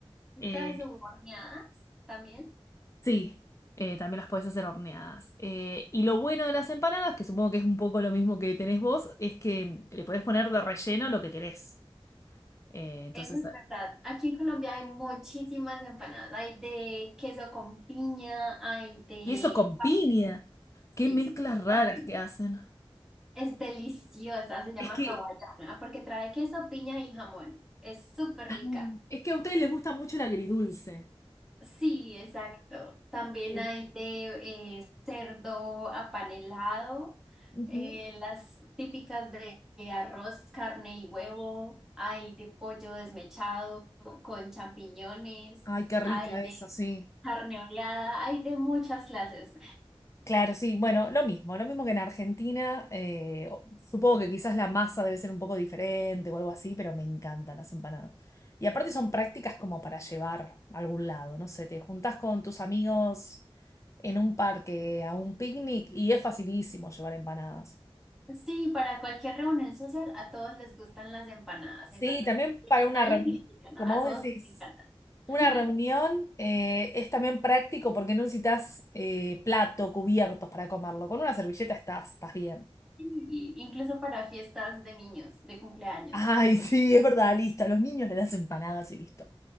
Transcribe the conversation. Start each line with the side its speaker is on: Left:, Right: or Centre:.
Centre: Estas
Left: Eh,
Centre: horneadas también.
Left: sí, eh, también las podés hacer horneadas. Eh, y lo bueno de las empanadas, que supongo que es un poco lo mismo que tenés vos, es que le podés poner de relleno lo que querés. Eh, entonces
Centre: Eso es verdad. Aquí en Colombia hay muchísimas empanadas. Hay de queso con piña, hay de...
Left: Y eso con piña.
Centre: Sí,
Left: Qué mezclas raras
Centre: con piña.
Left: que hacen.
Centre: Es deliciosa, se llama
Left: Es que,
Centre: hawaiana, porque trae queso, piña y jamón. Es súper
Left: ah,
Centre: rica.
Left: es que a ustedes les gusta mucho el agridulce.
Centre: Sí, exacto. También
Left: Sí.
Centre: hay de eh, cerdo apanelado,
Left: Ujú.
Centre: eh, las típicas de de arroz, carne y huevo. Hay de pollo desmechado con champiñones.
Left: Ay, qué rica
Centre: Hay de
Left: esa, sí.
Centre: Carne oreada, hay de muchas clases.
Left: Claro, sí, bueno, lo mismo, lo mismo que en Argentina. eh, o- supongo que quizás la masa debe ser un poco diferente o algo así, pero me encantan las empanadas. Y aparte son prácticas como para llevar a algún lado, no sé, te juntás con tus amigos en un parque a un picnic y es facilísimo llevar empanadas.
Centre: Sí, para cualquier reunión social a todos les gustan las empanadas,
Left: Sí,
Centre: entonces
Left: también
Centre: nadie,
Left: para una
Centre: nadie
Left: reunión,
Centre: critica nada,
Left: como
Centre: a
Left: vos
Centre: todos
Left: decís,
Centre: les encantan. <laughs>
Left: una reunión eh, es también práctico porque no necesitas eh, plato, cubiertos para comerlo. Con una servilleta estás, estás bien.
Centre: Y incluso para fiestas de niños, de cumpleaños.
Left: Ay, <laughs> sí, es verdad, listo. A los niños les das empanadas y listo.